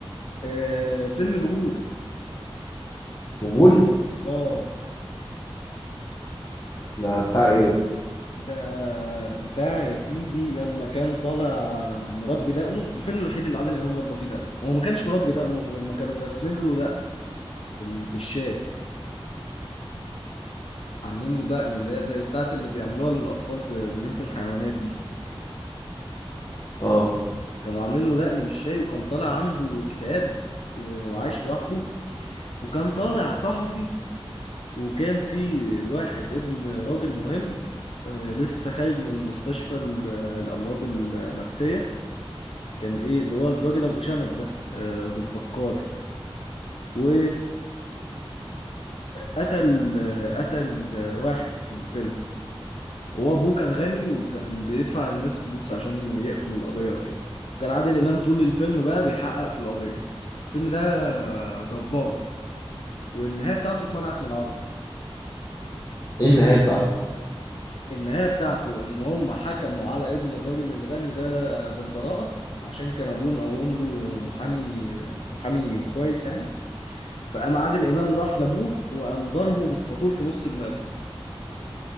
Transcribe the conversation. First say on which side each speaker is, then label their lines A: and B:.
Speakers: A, on the left (about 75°); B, on the left (about 40°).
A: آه، فيلم الغول
B: غول
A: اه
B: ده بتاع ايه ده
A: ده بتاع يا سيدي لما كان طالع مربي دقنه الفيلم الوحيد اللي عادل امام ربى فيه دقنه وهو ما كانش مربي دقنه هما كانوا راسمين له دقن بال- بالشاي عاملين له دقن اللي هي زي بتاعه اللي بيعملوها للاطفال في جنينة الحيوانات دي
B: اه
A: كانوا عاملين له دقن بالشاي وكان طالع عنده اكتئاب و- وعايش لوحده وكان طالع صحفي وكان في واحد ابن راجل مهم آه، لسه خارج من مستشفى ال- الامراض النفسية كان ايه اللي هو الراجل ابو شنب ده آه، ذو الفقار و قتل قتل واحد في الفيلم وهو ابوه كان غني وكان بيدفع للناس فلوس عشان يقفل القضية وكده كان عادل امام طول الفيلم بقى بيحقق في القضية الفيلم ده جبار والنهاية بتاعته اتمنعت من العرض
B: ايه النهايه بتاعته
A: النهاية بتاعته ان هم حكموا على ابن الراجل الغني ده بالبراءة عشان كان ابوه مقوم له محامي محامي كويس يعني فقام عادل امام راح لابوه وقام ضربه بالساطور في نص دماغه